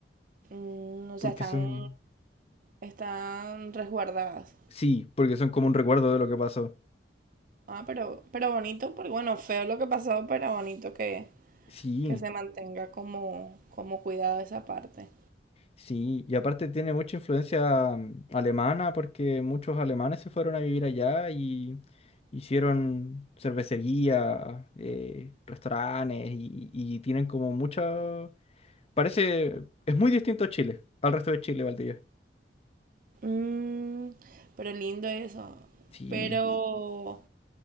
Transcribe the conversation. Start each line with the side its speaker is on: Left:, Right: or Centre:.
Right: Mm, o
Left: porque
Right: sea, están,
Left: son,
Right: están resguardadas.
Left: sí, porque son como un recuerdo de lo que pasó.
Right: Ah, pero, pero bonito, porque bueno, feo lo que pasó, pero bonito que,
Left: Sí,
Right: que se mantenga como, como cuidado esa parte.
Left: sí, y aparte tiene mucha influencia mm, alemana porque muchos alemanes se fueron a vivir allá y hicieron cervecería, eh, restaurantes y, y tienen como mucha... Parece, es muy distinto a Chile, al resto de Chile, Valdivia.
Right: Mm, pero lindo eso.
Left: Sí.
Right: Pero